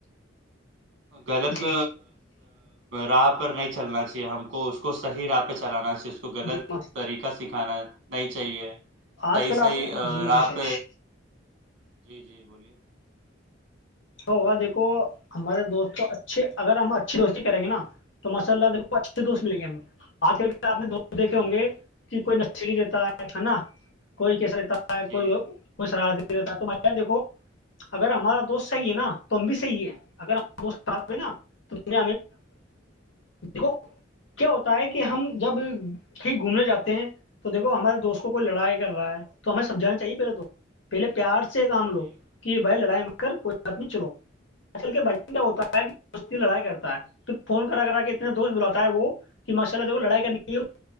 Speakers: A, on the right (about 60°); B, on the left (about 70°).
A: غلط
B: جی
A: راہ پر نہیں چلنا چاہیے ہم کو اس اس کو صح راہ پہ چلانا چاہیے اس کو غلط
B: جی ما-
A: طریقہ سکھانا نہیں چاہیے صحیح
B: آج کل
A: صحیح
B: آپ نے
A: اور
B: جی ماشاء
A: آپ
B: اللہ
A: جی جی بولیے
B: تو ہوگا دیکھو ہمارے دوست تو اچھے اگر ہم اچھی روشنی کریں گے نا تو ماشاء اللہ دیکو اچھے دوست ملیں گے ہمیں کر کے آ نے دوست دیکھے ہوں
A: جی
B: گے کہ کوئی نلی دیتا ہے ہے نا کوئی کیسا دیتا
A: جی
B: ہے کورار رہتا تو بھ دیکھو اگر ہمارا دوست صحیح ہے نا تو ہم بھی صحیح ہے اگر ہم دیکھو کیا ہوتا ہے کہ ہم جب کہیں گھومنے جاتے ہیں تو دیکو ہمارے دوست کو کوئی لڑائی کر رہا ہے تو ہمیں سمجھانا چاہیے پہلے تو پہلے پیار سے سے کام
A: جی
B: لو کہ بھائی لڑائی میں کر کوئی آدمی چلو کے بھن کیا ہوتا ہے کہ دوست لڑائی کرتا ہے پھر فون کرا کرا کے اتنے دوست بلاتا ہے وہ کہ ماشاء اللہ دیکھو لڑائی کرنی ہو
A: ہوں